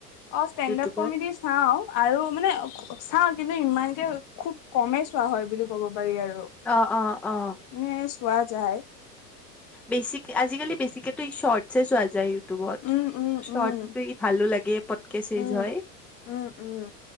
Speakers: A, on the left; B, in the centre.
A: অ' ষ্টেণ্ড-আপ
B: ইউটিউবত?
A: কমেডি চাওঁ আৰু মানে চাওঁ কিন্তু ইমান এয়া খুব কমেই চোৱা হয় বুলি ক'ব পাৰি আৰু
B: অ, '-অ, '-অ ।
A: এনে চোৱা যায় ।
B: বেছিকে আজিকালি বেছিকেতো ইশ্বৰ্ট চোৱা যায় । হোৱাট
A: উম উম
B: শ্বৰ্ট
A: উম
B: পিন্ধি ভালো লাগে পটকে চেচ
A: উম
B: হয়
A: উম উম